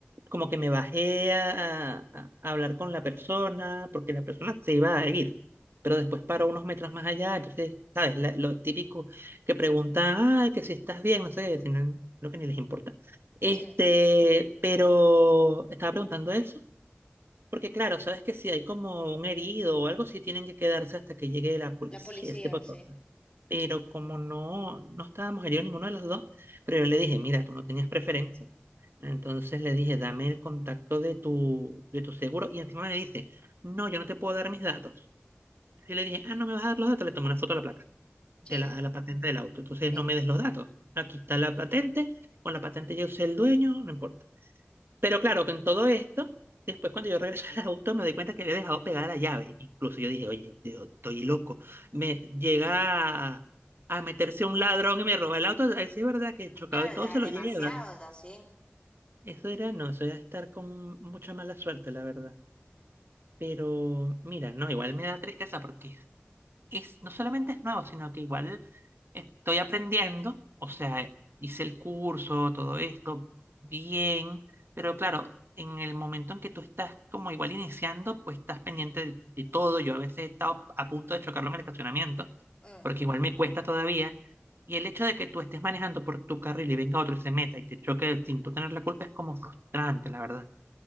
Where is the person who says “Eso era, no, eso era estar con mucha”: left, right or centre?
Right